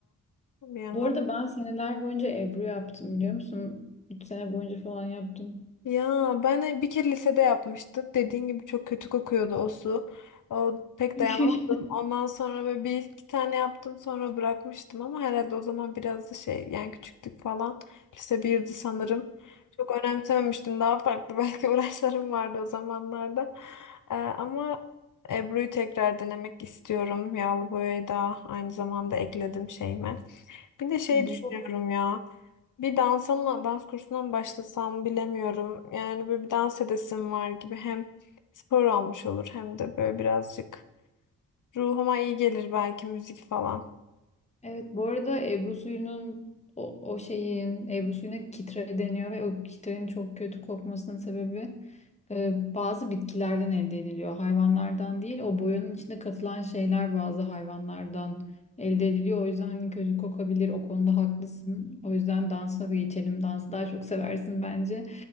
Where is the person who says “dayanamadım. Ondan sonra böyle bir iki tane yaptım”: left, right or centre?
Left